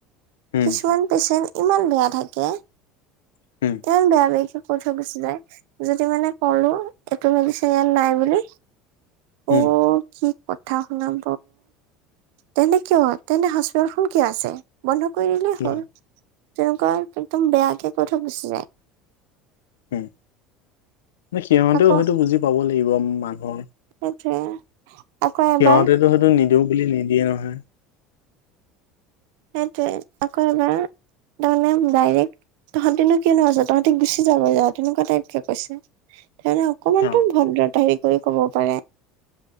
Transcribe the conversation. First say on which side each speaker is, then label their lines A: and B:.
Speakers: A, on the left; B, on the right.
A: উম
B: কিছুমান পেচেণ্ট ইমান বেয়া থাকে
A: উম।
B: ইমান বেয়া বেয়িকে কৈ থৈ গুচি যায়! যদি মানে কলোঁ, এইটো মেডিচিন ইয়াত নাই বুলি,
A: উম।
B: অ' কি কথা শুনাব, তেন্তে কিয় তেন্তে হস্পিতালখন কিয় আছে, বন্ধ কৰি দিলেই
A: উম
B: হ'ল, তেনেকুৱা একদম বেয়াকে কৈ থৈ গুচি যায়।
A: উম, সিহঁতেও
B: আকৌ
A: হয়তো বুজি পাব লাগিব মানুহৰ
B: সেইটোৱে। আকৌ
A: সিহঁতেটো
B: এবাৰ
A: সেইটো নিদিওঁ বুলি নিদিয়ে নহয়।
B: সেইটোৱে আকৌ এবাৰ তাৰমানে ডাইৰেক্ট, তহঁতিনো কিয়নো আছ, তহঁতি গুচি যাগৈ যা, তেনেকুৱা টাইপকে কৈছে। তাহাঁতে অকমানতো
A: অ
B: ভদ্ৰতা হেৰি কৰি ক'ব পাৰে।